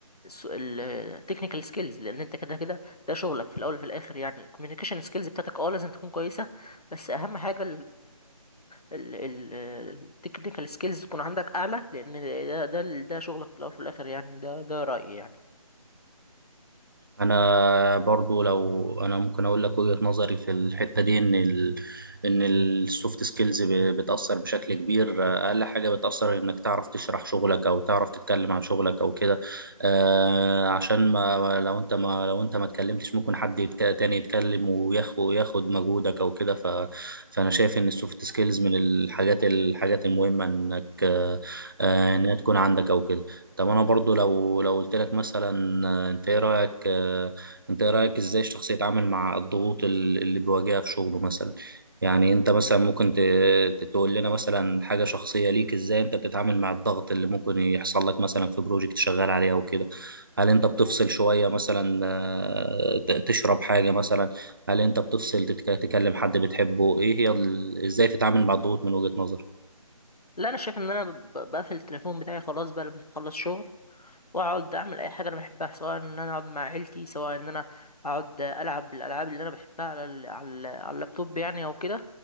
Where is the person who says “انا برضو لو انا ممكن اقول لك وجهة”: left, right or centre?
Right